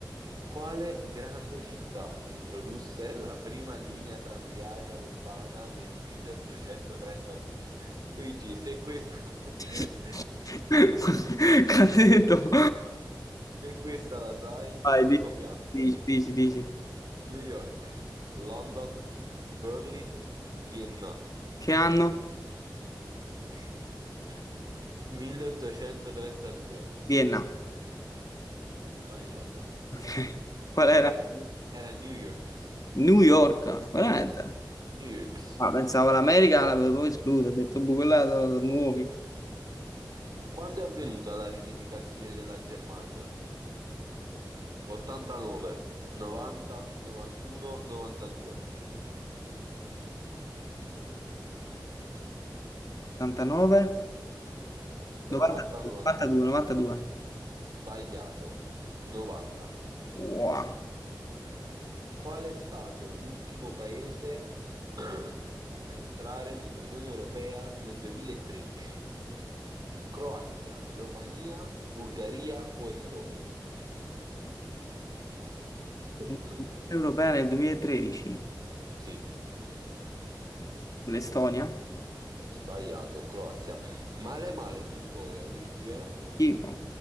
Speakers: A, on the right; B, on the left.
A: Quale grande città introdusse la prima linea tranviaria urbana nel 1832? Luigi, se questa, <laughs>
B: <laughs> Che ha detto?
A: se questa la sai, stai
B: Vai, di-
A: copiando.
B: dici, dici, dici.
A: New York, London, Berlin, Vienna.
B: Che anno?
A: <laughs> 1832.
B: Vienna.
A: Sbagliato.
B: Ok. Qual
A: Era,
B: era?
A: era New York.
B: New York, veramente.
A: New York.
B: Ah, pensavo l'America l'avevo proprio esclusa, ho detto, boh, quella sono, sono nuovi.
A: Quando è avvenuta la riunificazione della Germania? 89, 90, 91, 92,
B: 89,
A: 90,
B: 92,
A: 90
B: 92, 92.
A: sbagliato, 90.
B: Wow.
A: Qual è stato l'ultimo paese <clears throat> a entrare nell'Unione Europea nel 2013? Croazia, Romania, Bulgaria o Estonia? <clears throat>
B: Unione Europea nel 2013,
A: Sì,
B: l'Estonia.
A: sbagliato, Croazia. Male male su storia, Luigi, eh?
B: Schifo.